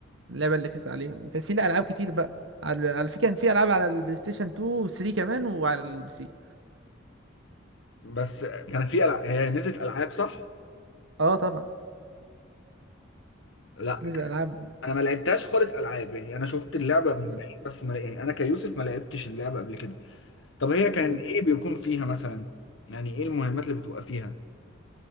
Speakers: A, on the right; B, on the left.
A: اللعبه اللي كانت عليها كان في لا العاب كتير بقى على على فكره كان في العاب على البلاي ستيشن 2 و3 كمان وعلى البي سي
B: بس كان في ألع... هي نزلت العاب صح؟
A: اه طبعا
B: لا
A: نزل العاب
B: انا ما لعبتهاش خالص العاب يعني انا شفت اللعبه من
A: مم.
B: بعيد بس ما يعني انا كيوسف ما لعبتش اللعبه قبل كده طب هي كان
A: مم.
B: ايه بيكون فيها مثلا يعني ايه المهمات اللي بتبقى فيها